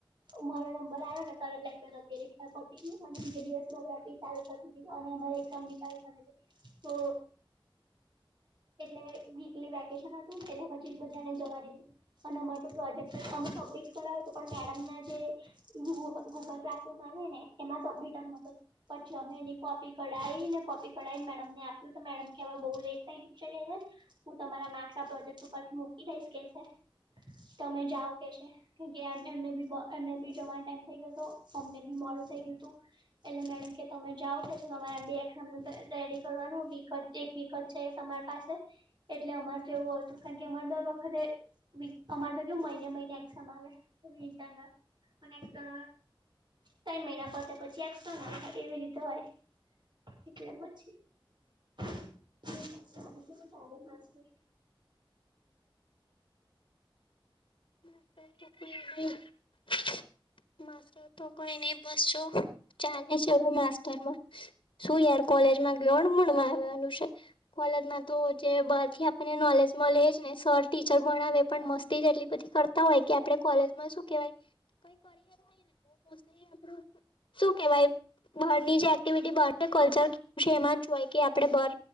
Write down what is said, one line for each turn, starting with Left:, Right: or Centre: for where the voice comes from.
Right: મારો નંબર આયો ને તરત લાઈટો જતી રી. અને પતિ ગયું અને બીજે દિવસ નવરાત્રી ચાલુ થતી તી અને અમારી એક્ઝામ બી ચાલુ થતી તી. તો <unintelligible> એટલે વીકલી વેકેશન હતું. એટલે પછી બધાને જવા દીધું. અને અમાર તો પ્રોજેક્ટ સબમિટ કરાયો તો પણ મેડમના જે ગૂ ગૂ ગૂગલ ક્લાસી બઉ હોય ને એમાં સબમીટ જ નતો થતો. પછી અમે એની કોપી કઢાઈને કોપી કઢાઈન મેડમને આપ્યું તો મેડમ કે હવે બઉ લેટ થઈ ગયું છે ને હવે હું તમારા માર્ક્સ આ પ્રોજેક્ટ ઉપરથી મૂકી દઈશ કે છે. તમે જાઓ કે છે કેમ કે એમને બી એમને બી જવાન ટાઈમ થઈ ગયો તો. અમને બી મોડું થઈ ગયું તું. એટલે મેડમ કે તમે જાઓ કે છે તમાર એમ બી એકઝામ રેડી કરવાનું હુ વિકટ એક વિક જ છે તમાર પાસે એટલે અમાર તો એવું હતું કારણ કે અમારે દર વખતે વીક અમાર તો કેવું મહિને-મહિને એક્ઝામ આવે ઇન્ટરનલ. અન એક્સટર્નલ તઈન મહિના પતે પછી એક્સટર્નલ એવી રીતે હોય. એટલે પછી. <unintelligible> કેવું ચાલે માસ્ટર?
Left: <unintelligible> માસ્ટર તો કઈ નઈ બસ જો ચાલે છે હવે માસ્ટરમાં. શું યાર કોલેજમા ગ્લોડ મળવા આવનું છે? મગજમાં તો જે બારથી આપડને નોલેજ મલે એ જ ને. સર ટીચર ભણાવે પણ મસ્તી જ એટલી બધી કરતા હોય કે આપડે કોલેજમા શું કેવાય કઈ કરીએલુ હોય ને બઉ મોસ્ટલી આપડુ કેવાય. બહારની જે એક્ટિવિટી બહાર કલ્ચર છે એમાં જ હોય કે આપડે બહાર